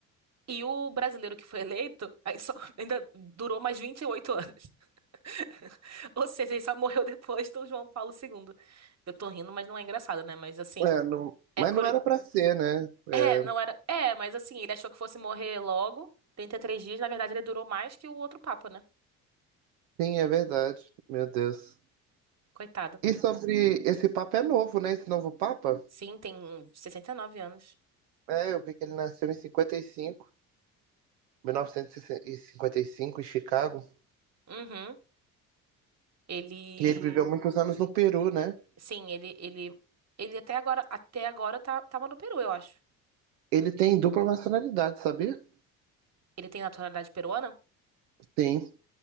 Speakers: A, on the right; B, on the right.
A: E o brasileiro que foi eleito aí só- <laughs> ainda durou mais 28 anos. <laughs> Ou seja, ele só morreu depois do João Paulo II. Eu tô rindo, mas não é engraçado, né? Mas assim,
B: É, não...
A: é
B: Mas
A: curi...
B: não era pra ser, né? É,
A: É, não era. É, mas assim, ele achou que fosse morrer logo, 33 dias. Na verdade, ele durou mais que o outro Papa, né?
B: Sim, é verdade. Meu Deus.
A: Coitado.
B: E sobre esse papa é novo, né? Esse novo papa?
A: Sim, tem 69 anos.
B: É, eu vi que ele nasceu em cinquenta cinquenta e e cinco mil novecentos e cinquenta e cinco em Chicago.
A: Uhum. Ele.
B: E ele viveu muitos anos no Peru, né?
A: Sim, ele, ele. Ele até agora, até agora tá, tava no Peru, eu acho.
B: Ele tem dupla nacionalidade, sabia?
A: Ele tem naturalidade peruana?
B: Sim,